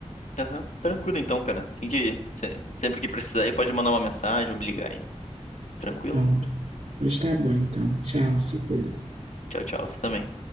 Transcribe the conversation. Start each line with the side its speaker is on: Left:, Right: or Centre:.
Left: Aham. Tranquilo então, cara. Assim que se- sempre que precisar aí, pode mandar uma mensagem ou me ligar aí. Tranquilo?
Right: Pronto. Pois tá bom, então. Tchau, se cuida.
Left: Tchau, tchau. Você também.